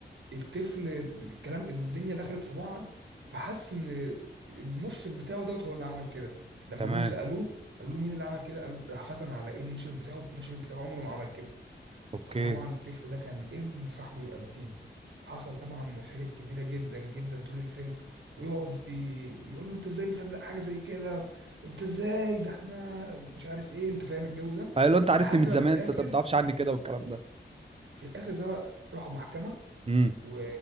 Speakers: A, on the right; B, on the right.
A: فالطفل الكلام الدنيا دخلت في بعض فحس ان المشرف بتاعه دوت هو اللي عمل كده لما
B: تمام
A: جم سألوه قالوا له مين اللي عمل كده قال راح فتن على ايه المشرف بتاعه المشرف بتاعه عمره ما عمل كده
B: اوكي
A: فطبعا الطفل ده كان ابن صاحبه الانتيم حصل طبعا مشاكل كبيره جدا جدا طول الفيلم ويقعد ي- يقول له انت ازاي مصدق حاجه زي كده انت ازاي ده احنا مش عارف ايه انت فاهم الجو ده
B: قال له انت عارفني
A: لحد
B: من
A: ما
B: زمان
A: في الاخر
B: انت ما تعرفش عني كده والكلام ده
A: في الاخر ظهر- راحوا محكمه
B: امم
A: و...